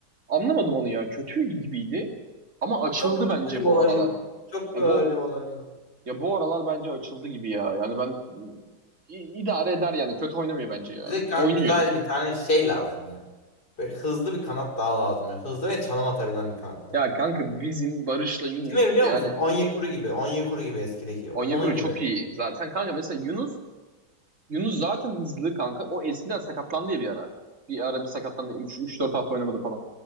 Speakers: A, on the right; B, on the left.
A: anlamadım onu ya. Kötü gibiydi. Ama açıldı
B: Çok
A: bence
B: öyle bir
A: bu
B: olay
A: aralar.
B: yok. Çok
A: Ya
B: öyle
A: bu
B: bir olay yok.
A: Ya bu aralar bence açıldı gibi ya. Yani ben i- idare eder yani. Kötü oynamıyor bence ya.
B: Bize kan
A: Oynuyor.
B: güzel bir tane şey lazım ya. Böyle hızlı bir kanat daha lazım. Böyle hızlı ve çalım atabilen bir kanat lazım
A: Ya kanka
B: bize.
A: bizim Barış'la Yunus
B: Kime biliyor
A: yani
B: musun? Onyekuru gibi. Onyekuru gibi eskideki. Onun
A: Onyekuru
B: gibi.
A: çok iyi zaten. Kanka mesela Yunus Yunus zaten hızlı kanka. O eskiden sakatlandı ya bir ara. Bir ara bir sakatlandı. üç üç dört hafta oynamadı falan.